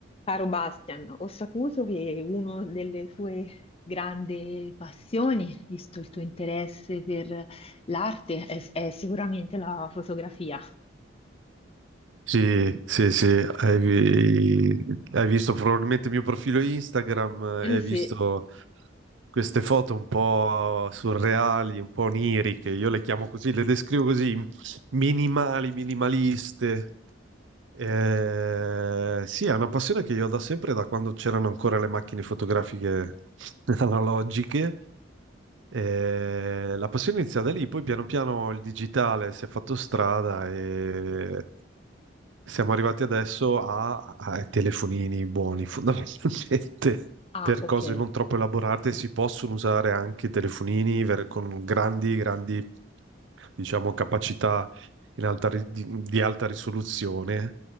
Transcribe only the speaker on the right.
Sì, sì, sì, hai, vi- hai visto probabilmente il mio profilo Instagram,
eh, hai
visto queste foto un po' surreali, un po' oniriche, io le chiamo così, le descrivo così, minimali, minimaliste, eh, sì, è una passione che io ho da sempre, da quando c'erano ancora le macchine fotografiche <laughs> analogiche. Eh, la passione inizia da lì, poi piano piano il digitale si è fatto strada e siamo arrivati adesso a, ai telefonini buoni, <laughs> fondamentalmente.
Per
cose non troppo elaborate si possono usare anche i telefonini ver- con grandi, grandi, diciamo, capacità in alta ri- di, di alta risoluzione,